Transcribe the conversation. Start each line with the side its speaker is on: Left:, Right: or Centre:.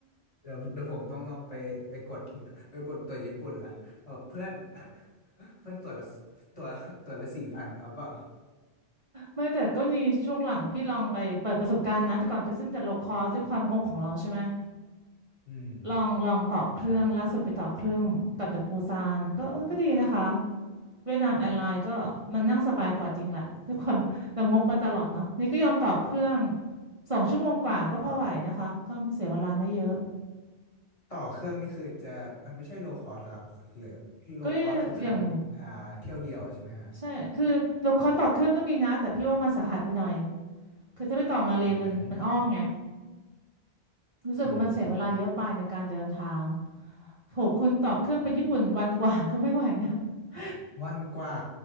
Left: เดี๋ยวเดี๋ยวผมต้องลองไปไปกด <laughs> ไปกดตัวญี่ปุ่นละบอกเพื่อน <laughs> เพื่อนตัวละตัวตัวละสี่พันเอาเปล่า
Right: ไม่แต่ก็มีช่วงหลังพี่ลองไปเปิดประสบการณ์นะแต่ก่อนก็ซึ่งแต่โลคอสด้วยความงกของเราใช่ไหม
Left: อืม
Right: ลองลองต่อเครื่องล่าสุดไปต่อเครื่องกลับจากปูซานก็เออก็ดีนะคะ
Left: ครับ
Right: เวียดนามแอร์ไลน์ก็มันนั่งสบายกว่าจริงแหละด้วยความ <laughs> เรางกมาตลอดเนาะนี่ก็ยอมต่อเครื่องสองชั่วโมงกว่าก็พอไหวนะคะก็ไม่เสียเวลาไม่เยอะ
Left: อ๋อต่อเครื่องนี่คือจะมันไม่ใช่โลคอสครับหรือโลคอสคือครั้งอ่าเที่ยวเดียวใช่ไหมฮะ
Right: ก็อย่างใช่คือโลคอสต่อเครื่องก็มีนะแต่พี่ว่ามันสาหัสไปหน่อยคือถ้าไปต่อมาเลยมันมันอ้อมไง
Left: อืม
Right: รู้สึกว่ามันเสียเวลาเยอะไปในการเดินทาง
Left: อืม
Right: โหคุณต่อเครื่องไปญี่ปุ่นวันกว่า <laughs> ก็ไม่ไหวนะ <laughs>
Left: วันกว่า